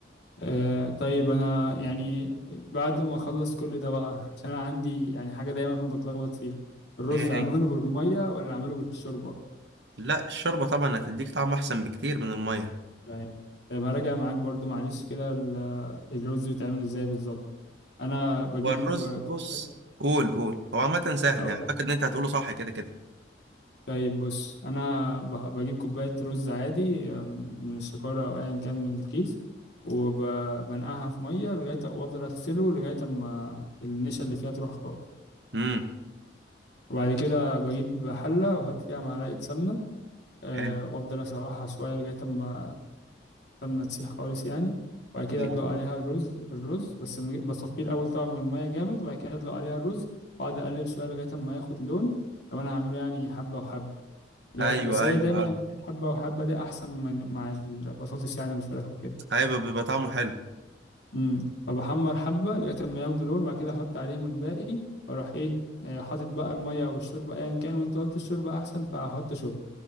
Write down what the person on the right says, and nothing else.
ايه
ايه
لا الشوربة طبعا هتديك طعم احسن بكتير من المية
هو الرز
بص قول قول هو عامة سهل
يعني اعتقد
ان انت هتقوله صح كده كده
امم
حلو
حلو
ايوه
ايوه
آه.
ايوه بيبقى طعمه حلو